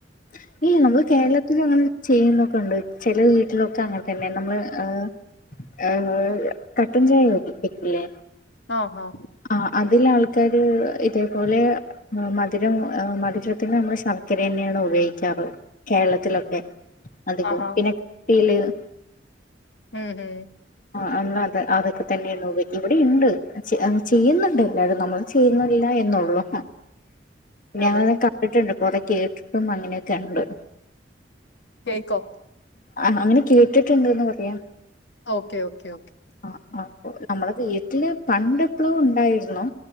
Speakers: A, on the left; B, on the left.
A: <unintelligible> നമ്മള് കേരളത്തിലും അങ്ങനെ ചെയ്യുന്നൊകൊണ്ട് ചെല വീട്ടിലൊക്കെ അങ്ങൻ തെന്നെ നമ്മള് ഏഹ് ഏഹ് കട്ടൻ ചായ വെക്കൂല്ലേ
B: ഓഹ് ഹോ
A: ആഹ്‌ അതിലാൾക്കാര് ഇതേപോലെ ഏഹ്‌ മധിരം ഏഹ് മധിരത്തി നമ്മള് ശർക്കരന്ന്യെണ് ഉപയ് ക്കാര് കേരളത്തിലൊക്കെ അതികോം
B: ആഹാ
A: പിന്നെ <unintelligible>
B: ഉം ഹ്
A: ആഹ്‌ അന്ന് അത് അതൊക്കെ തെന്നെന്നുപയോ ഇവടിണ്ട് ചെ ഏഹ് ചെയ്യ്ന്ന്ണ്ടെല്ലരും നമ്മള് ചെയ്യ്ന്ന്ല്ല എന്നൊള്ളൂ ഞാ
B: അതെ
A: <unintelligible> കണ്ടിട്ടിണ്ട് കൊറേ കേട്ടിട്ടും അങ്ങനെയൊക്കെണ്ട്
B: കേക്കോ
A: അഹ് അങ്ങനെ കേട്ടിട്ടിണ്ട്ന്ന് പറയാ
B: ഓക്കേ ഓക്കേ ഓക്കേ
A: ആ
B: <unintelligible>
A: അപ്പൊ നമ്മളെ വീട്ടില് പണ്ടെപ്പളോ ഉണ്ടായിരുന്നു